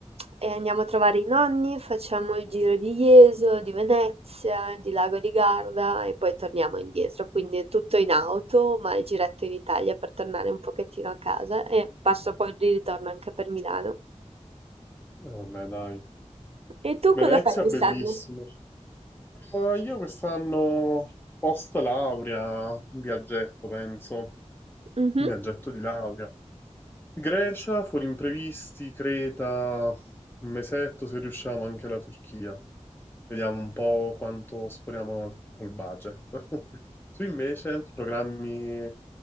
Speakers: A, on the right (about 55°); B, on the left (about 15°).
A: e andiamo a trovare i nonni, facciamo il giro di Jeso, di Venezia, di Lago di Garda e poi torniamo indietro. Quindi è tutto in auto, ma il giretto in Italia per tornare un pochettino a casa e passo poi di ritorno anche per Milano.
B: Eh, Vabbè, dai.
A: E tu
B: Venezia,
A: cosa fai quest'anno?
B: bellissimo. Ma io quest'anno, post laurea, un viaggetto, penso. Un
A: Mhm,
B: viaggetto di laurea. Grecia, fuori imprevisti, Creta, un mesetto se riusciamo anche la Turchia. Vediamo un po' quanto sforiamo al- col budget. <laughs> Tu invece, programmi